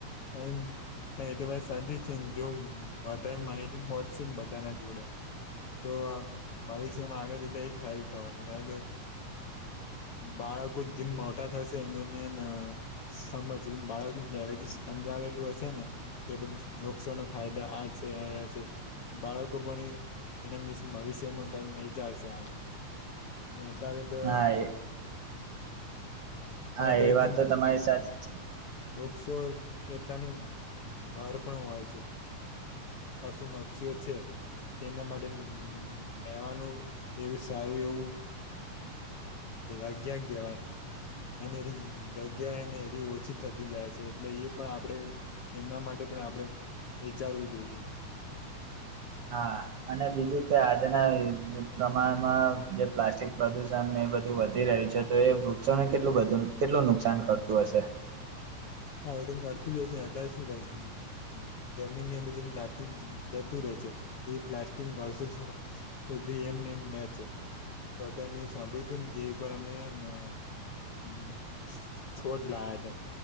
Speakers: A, on the left; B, on the right.
A: હ એ તો વાત સાચી જ છે ને જો વધારે માહિતી તી પહોંચશે ને બધાના જોડે તો આ ભવિષ્યમાં આગળ જતા એજ ફાયદો થવાનું કારણ કે બાળકો જેમ મોટા થશે એમ એમને સમજ બાળકને ઘેરેથી સમજાવેલું હશે ને કે નકસોના ફાયદા આ છે આ છે બાળકો પણ એ એના મ ભવિષ્યમાં ગઈ વિચારશે આગળ વઘારે તો
B: હા એ
A: વધારે
B: હા એ વાત
A: જીમ
B: તો તમારી
A: બવ
B: સાચી છે
A: વૃક્ષો કેટલાનું ઘર પણ હોય છે. પશુ પક્ષીઓ છે તેમના માટે રહેેવાનું એવી સારું એવું તે જ જગ્યા કહેવાય. અને એ જગ્યાએને એ ઓછી થતી જાય છે એટલે એ પણ આપડે એમના માટે પણ આપણે વિચારવું જોઈએ.
B: હા અને બીજું કે આજના પ્રમાણમાં જે પ્લાસ્ટિક પ્રદૂષણને બધું વધી રહ્યું છે તો એ વૃક્ષોને કેટલું બધું કેટલું નુકસાન કરતું હશે.
A: હા એ તો કરતું જ હશે અતાર શું થાય ઝ જમીનની અંદર જેમ પ્લાસ્ટિક જતું રહે છે એ પ્લાસ્ટિક વર્ષો સ સુધી એ એમને એમ રે છે તો અત્યાર મે સાંભળ્યું તું ને કે એક વાર અમે હેન હ છોડ લાયા હતા.